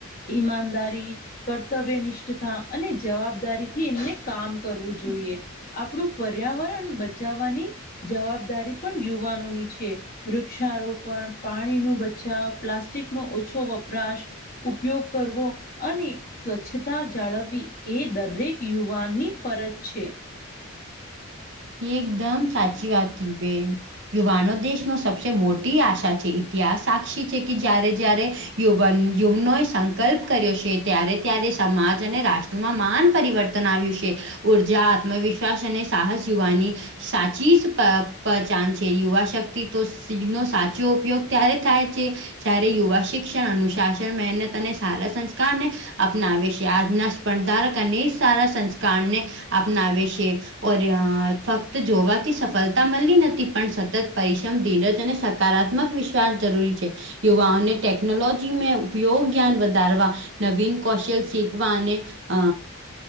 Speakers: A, on the left; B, on the right.
A: ઈમાનદારી કર્તવ્ય નિષ <unintelligible> અને જવાબદારી થી એમને કામ કરવું જોઈએ આપણું પર્યાવરણ બચાવાની જવાબદારી પણ યુવાનોની છે વૃક્ષારોપણ પાણી નુ બચાવ પ્લાસ્ટિક નો ઓછો વપરાશ ઉપયોગ કરવો અને સ્વચ્છ તા જાળવવી એ દરેક યુવાનની ફરજ છે.
B: એકદમ સાચી વાત <unintelligible> બેન યુવાનો દેશમાં સબસે મોટી આશા છે ઇતિહાસ સાક્ષી છે કે જ્યારે જ્યારે યુવન યુવનો સંકલ્પ કર્યો છે ત્યારે ત્યારે સમાજ અને રાષ્ટ્ર મા માન પરિવર્તન આવ્યું છે ઉર્જા આત્મવિશ્વાસ અને સાહસ યુવાની સાચી જ પ પહચાન છે યુવા શક્તિ તો <unintelligible> સાચો ઉપયોગ ત્યારે થાય છે જ્યારે યુવા શિક્ષણ અનુશાસન મહેનત અને સારા સંસ્કારને અપનાવે છે આના પણ ધારક અને સારા સંસ્કારને અપનાવે છે. <unintelligible> અ ફક્ત જોવાથી સફળતા મળી નથી પણ સતત પરિશ્રમ ધીરજ અને <unintelligible> કારાત્મક વિશ્વાસ જરૂરી છે યુવાઓ ને ટેકનોલોજી મે ઉપયોગ જ્ઞાન વધારવા નવીન કૌશલ શીખવા અને અ